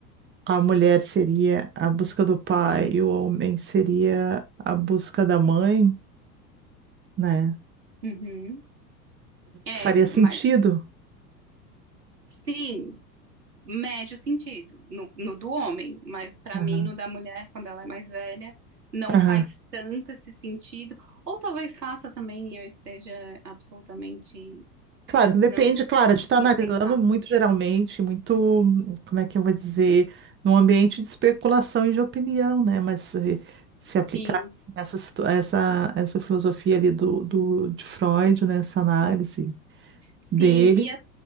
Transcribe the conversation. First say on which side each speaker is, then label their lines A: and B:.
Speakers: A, on the right; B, on the right.
A: a mulher seria a busca do pai e o homem seria a busca da mãe, né?
B: Uhum. É,
A: Faria sentido.
B: mas sim. médio sentido no, no do homem, mas para
A: Aham,
B: mim no da mulher, quando ela é mais velha, não
A: aham.
B: faz tanto esse sentido. Ou talvez faça também e eu esteja absolutamente
A: Claro, que
B: não
A: depende, claro,
B: não
A: a gente
B: conseguindo
A: está analisando
B: pensar.
A: muito geralmente, muito, como é que eu vou dizer, num ambiente de especulação e de opinião, né? Mas se, se aplicar
B: Sim,
A: assim, essa, situ- essa, essa filosofia ali do, do, de Freud, né? Essa análise
B: sim,
A: dele.
B: e é-